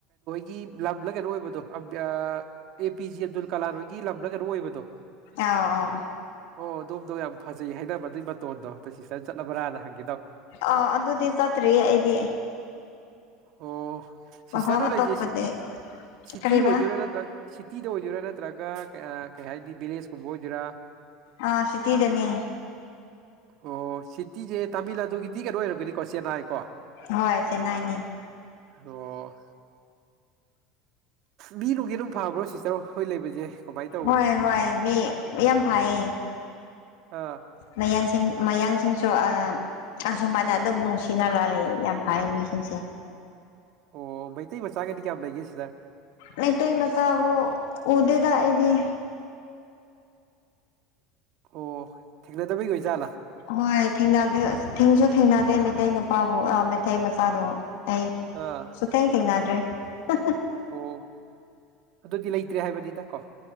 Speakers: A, on the right; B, on the left.
A: ꯒꯤ ꯂꯝꯂ ꯀꯩꯅꯣ ꯑꯣꯏꯕꯗꯣ A P J Abdul Kalam ꯍꯣꯏꯒꯤ ꯂꯝꯂ ꯀꯩꯅꯣꯝ ꯑꯣꯏꯕꯗꯣ
B: ꯑꯥ ꯑꯥ
A: ꯑꯣ ꯑꯗꯣꯝꯗꯣ ꯌꯥꯝ ꯐꯖꯩ ꯍꯥꯏꯅꯕ ꯑꯗꯨꯏ ꯃꯇꯣꯟꯗꯣ ꯑꯗ ꯁꯤꯁꯇꫪ ꯆꯠꯂꯕ꯭ꯔꯥꯅ ꯍꯪꯉ
B: ꯑ ꯑꯗꯨꯗꯤ ꯆꯠꯇ꯭ꯔꯤ ꯑꯩꯗꯤ
A: ꯑꯣ ꯁꯤꯁꯇꯁꯨ
B: ꯃꯐꯝ ꯑꯇꯣꯞꯄꯗꯤ
A: ꯂꯩꯖꯦ ꯁꯤꯇꯤ ꯁꯤꯇꯤ
B: ꯀꯔꯤꯕ
A: ꯑꯣꯏꯗꯣꯏꯔꯥ ꯅꯠꯇ꯭ꯔꯥ ꯁꯤꯇꯤꯗ ꯑꯣꯏꯗꯣꯏꯔꯥ ꯅꯠꯇ꯭ꯔꯒ ꯀꯩ ꯍꯥꯏꯗꯤ ꯚꯤꯂꯦꯖꯀꯨꯝꯕ ꯑꯣꯏꯗꯣꯏꯔꯥ
B: ꯑꯥ ꯁꯤꯇꯤꯗꯅꯤ
A: ꯑꯣ ꯁꯤꯇꯤꯁꯦ ꯇꯥꯃꯤꯜ ꯅꯥꯗꯨꯒꯤꯗꯤ ꯀꯩꯅꯣ ꯑꯣꯏꯔꯝꯒꯅꯤꯀꯣ ꯆꯦꯟꯅꯥꯏ ꯀꯣ
B: ꯍꯁꯦ ꯅꯥꯏ ꯅ
A: ꯑꯣ ꯃꯤꯅꯒꯤ ꯑꯗꯨꯝ ꯐꯕ꯭ꯔꯣ ꯁꯤꯁꯇꯔ ꯍꯈꯣꯏ ꯂꯩꯕꯁꯦ ꯀꯃꯥꯏꯅ ꯇꯧꯏ
B: ꯍꯣꯏ ꯍꯣꯏ ꯃꯤ ꯌꯥꯝ ꯐꯥꯏꯌꯦ
A: ꯑꯥ
B: ꯃꯌꯥꯟꯁꯤꯡ ꯃꯌꯥꯡꯁꯤꯡꯁꯨ ꯑ ꯑꯁꯨꯃꯥꯏꯅ ꯑꯗꯨꯝ ꯅꯨꯡꯁꯤꯅ ꯂꯂꯦ ꯌꯥꯝ ꯐꯩ ꯃꯤꯁꯤꯡꯁꯦ
A: ꯑꯣ ꯃꯩꯇꯩ ꯃꯆꯥꯒꯗꯤ ꯀꯌꯥꯝ ꯂꯩꯒꯦ ꯁꯤꯗ
B: ꯃꯇ ꯃꯈꯀꯕꯣ ꯑꯣꯗꯦꯗꯥꯛ ꯑꯦꯒꯤꯗꯤ
A: ꯑꯣ ꯊꯦꯡꯅꯗꯕꯩ ꯑꯣꯏꯖꯥꯠꯂꯥ
B: ꯍꯣꯏ ꯊꯗ ꯊꯁꯨ ꯊꯦꯡꯅꯗꯦ ꯃꯩꯇꯩ ꯅꯨꯄꯥꯕꯨ ꯃꯩꯇꯩ ꯃꯆꯥꯗꯨꯣ ꯑꯩ
A: ꯑꯥ
B: ꯁꯨꯊꯦꯡ ꯊꯦꯡꯅꯗ꯭ꯔꯤ ꯇ
A: ꯑꯣ ꯑꯗꯨꯗꯤ ꯂꯩꯇ꯭ꯔꯦ ꯍꯥꯏꯕꯅꯤꯗ ꯀꯣ